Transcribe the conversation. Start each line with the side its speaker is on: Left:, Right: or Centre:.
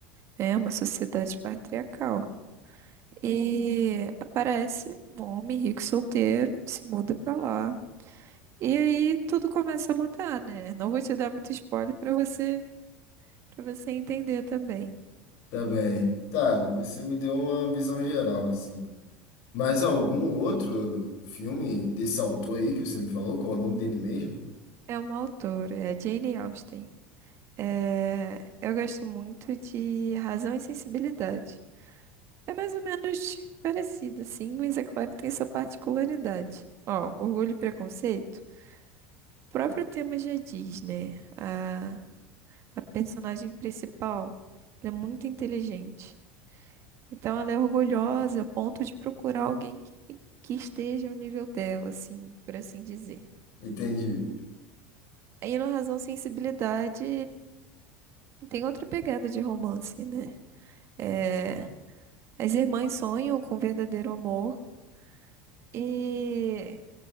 Right: né? Uma sociedade patriarcal. E aparece um homem rico solteiro, se muda pra lá. E aí tudo começa a mudar, né? Não vou te dar muito spoiler para você, para você entender também.
Left: Tá bem. Tá, você me deu uma visão geral, assim. Mas algum outro filme desse autor aí que você me falou? Qual o nome dele mesmo?
Right: É uma autora, é a Jane Austen. É, eu gosto muito de Razão e Sensibilidade. É mais ou menos parecido, sim, mas é claro que tem sua particularidade. Ó, Orgulho e Preconceito. O próprio tema já diz, né? A, a personagem principal, ela é muito inteligente. Então ela é orgulhosa a ponto de procurar alguém que, que esteja ao nível dela, assim, por assim dizer.
Left: Entendi.
Right: Aí no Razão Sensibilidade tem outra pegada de romance, né? É, as irmãs sonham com verdadeiro amor e,